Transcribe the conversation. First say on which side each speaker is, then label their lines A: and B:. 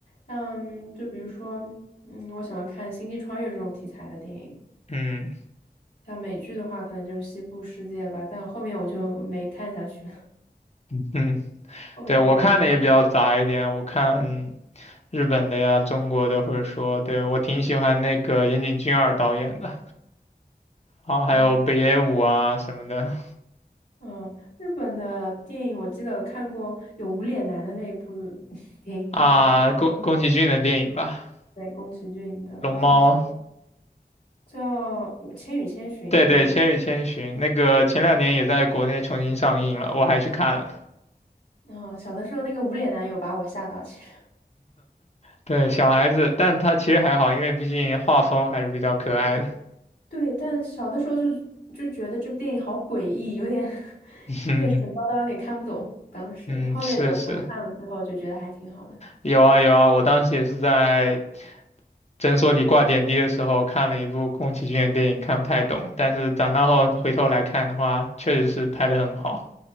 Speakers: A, on the left (about 85°); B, on the left (about 40°).
A: 像就比如说，嗯，我喜欢看星际穿越这种题材的电影，
B: 嗯
A: 像美剧的话，可能就是《西部世界》吧，但后面我就没看下去了，
B: 嗯。
A: 后面有点没
B: 对，我看的也比较杂一点，我看日本的呀、中国的，或者说，对，我挺喜欢那个岩井俊二导演的，然后还有北野武啊什么的
A: 啊。哦嗯，日本的电影我记得有看过，有无脸男的那一部 <laughs> 电影叫什么？
B: 啊，宫宫崎骏的电影吧，
A: 对，宫崎骏的，好像叫
B: 《龙猫》，
A: 叫我千与千寻》。
B: 对对，
A: 对，
B: 《千与千寻》那个前两年也在国内重新上映了，我还去看了。
A: 嗯，小的时候那个无脸男有把我吓到，其实
B: 对，小孩子，但他其实还好，因为毕竟画风还是比较可爱的。
A: 对，但小的时候就就觉得这部电影好诡异，有点 <laughs>
B: <laughs>
A: 有点神叨叨，有点看不懂。当时后面有重看了之后，
B: 嗯，是是，
A: 就觉得还挺好的。
B: 有啊有啊，我当时也是在诊所里挂点滴的时候看了一部宫崎骏的电影，看不太懂，但是长大后回头来看的话，确实是拍得很好。